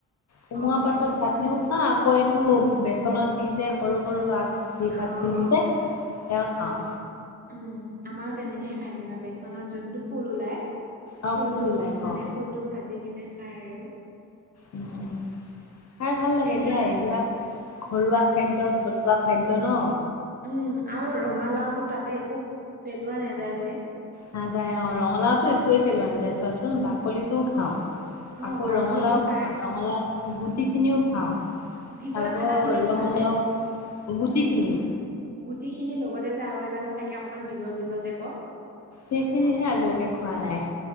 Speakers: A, on the left; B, on the right.
A: কোমোৱা
B: অ
A: পাতৰ
B: সেই কোমোৰা
A: চাটনিও ন আকৌ এইটো বেচনত দি যে সৰু সৰু আগ পাতখিনিতে
B: অ অ সেইটো
A: সেয়াও খাওঁ।
B: অ উম আমাৰো তেনেকয়ে খায় যেনিবা বেচনত যোনটো ফুল ওলাই
A: আৰু
B: ফুলটো
A: ফুল ওলাই
B: মানে
A: অ'
B: ফুল টো ভাজি কিনে খাই আৰু।
A: উম উম, খাই ভাল লাগে
B: এনে
A: দিয়া এইবিলাক, ঘৰুৱা
B: অ
A: খাদ্যত কটোৱা খাদ্য ন
B: উম আৰু ৰঙালাওতটো তাতে একো পেলোৱা নাযায় যে
A: নাযায় অ', ৰঙালাওটো একোৱেই পেলোৱা নাযায় চোৱাচোন বাকলিটোও খাওঁ।
B: অ
A: আকৌ
B: বাকলিটো
A: ৰঙালাও
B: খাই
A: খাওঁ ৰঙালাও গুটি খিনিও খাওঁ।
B: ভিতৰত
A: আকৌ
B: থকা খিনি
A: ৰঙালাও
B: খোৱা নে
A: গুটি খিনি
B: গুটি খিনি লগতে যে আৰু এটা যে থাকে অকণমান বিজল বিজল টাইপৰ
A: সেইখিনিহে আজিলৈকে খোৱা নাই।